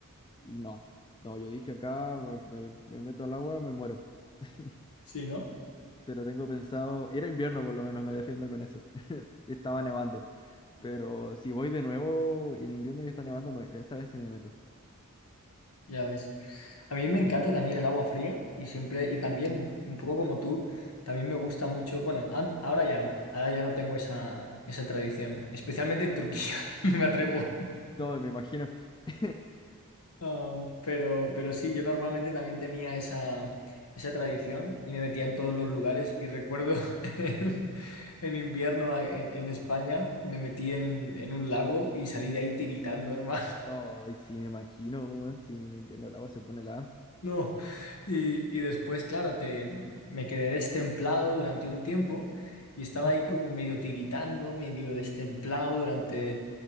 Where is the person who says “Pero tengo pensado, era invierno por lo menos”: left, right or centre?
Left